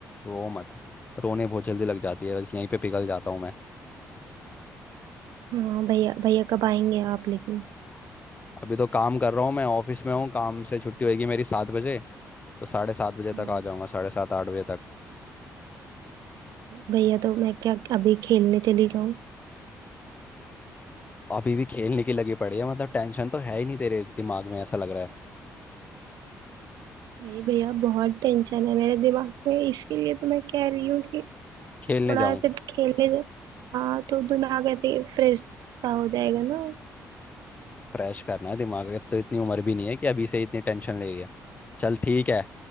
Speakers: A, on the left (about 25°); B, on the right (about 75°).
A: रो मत रोने बहुत जल्दी लग जाती है बस यहीं पे पिघल जाता हूँ मैं
B: हाँ भैया भैया कब आएंगे आप लेकिन
A: अभी तो काम कर रहा हूँ मैं ऑफिस में हूँ काम से छुट्टी होगी मेरी सात बजे तो साढ़े सात बजे
B: हाँ
A: तक आ जाऊंगा साढ़े सात आठ बजे तक
B: भैया तो मैं क्या अभी खेलने चली जाऊं
A: अभी भी खेलने की लगी पड़ी है मतलब टेंशन तो है ही नहीं तेरे दिमाग में ऐसा लग रहा है
B: नहीं भैया बहुत टेंशन है मेरे दिमाग में इसीलिए तो मैं कह रही हूँ कि
A: खेलने
B: थोड़ा
A: जाऊं
B: ऐसे खेलने से हाँ तो दिमाग ऐसे फ्रेश सा हो जाएगा ना
A: फ्रेश करना है दिमाग अब तो इतनी उम्र भी नहीं है कि अभी से इतनी टेंशन ले रही है चल ठीक है